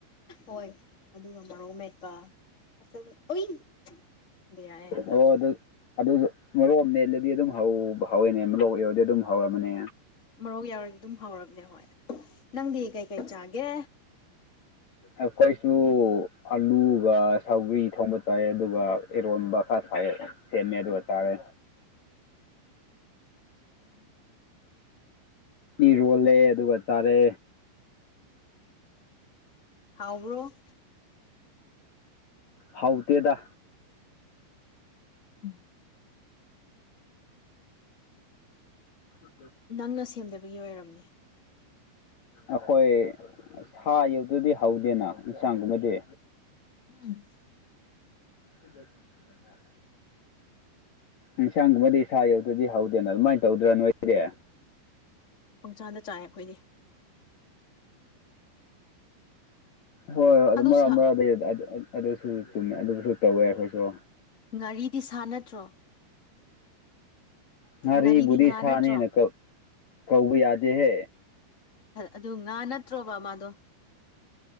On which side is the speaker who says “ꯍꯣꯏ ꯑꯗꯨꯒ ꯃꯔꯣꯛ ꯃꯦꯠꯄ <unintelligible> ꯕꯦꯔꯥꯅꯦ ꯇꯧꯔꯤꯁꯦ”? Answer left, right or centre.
Left